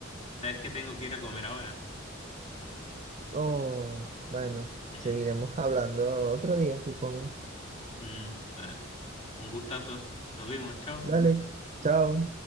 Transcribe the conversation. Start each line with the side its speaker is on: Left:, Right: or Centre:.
Left: ¿sabes que tengo que ir a comer ahora?
Right: Oh, bueno,
Left: Eh,
Right: seguiremos hablando otro día, supongo.
Left: mm, bueno, un gustazo, nos vimos, chao.
Right: Dale, chao.